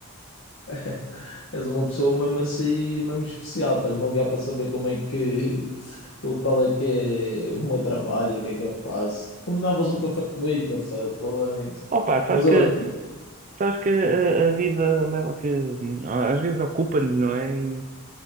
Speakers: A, on the left (about 65°); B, on the right (about 35°).
A: <laughs> És uma pessoa mesmo assim, mesmo especial. Estás-me a ligar para saber como é que... o- Qual é que é o meu trabalho, e o que é que eu faço. Combinavas um café comigo, Marcelo, falando nisso.
B: Opa, sabes
A: Mas
B: que
A: olha,
B: Sabes que a, a vida leva que hum, às vezes ocupa-nos, não é? E